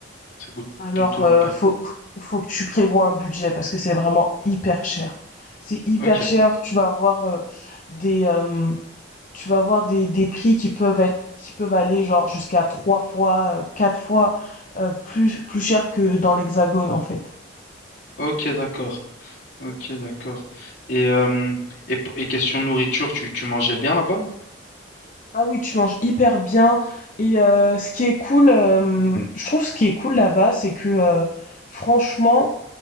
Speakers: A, on the left (about 65°); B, on the left (about 40°).
A: ça coûte
B: Alors,
A: plutôt
B: euh,
A: pas.
B: faut faut que tu prévois un budget parce que c'est vraiment hyper cher. C'est hyper
A: Ok,
B: cher. Tu vas avoir euh, des euh, tu vas avoir des des prix qui peuvent être qui peuvent aller genre jusqu'à trois fois, euh, quatre fois euh, plus plus cher que dans l'Hexagone en fait.
A: ok, d'accord, ok, d'accord. Et, euh, et, pour- et question nourriture, tu, tu mangeais bien là-bas?
B: Ah oui, tu manges hyper bien. Et euh, ce qui est cool, euh, je trouve ce qui est cool là-bas, c'est que euh, franchement,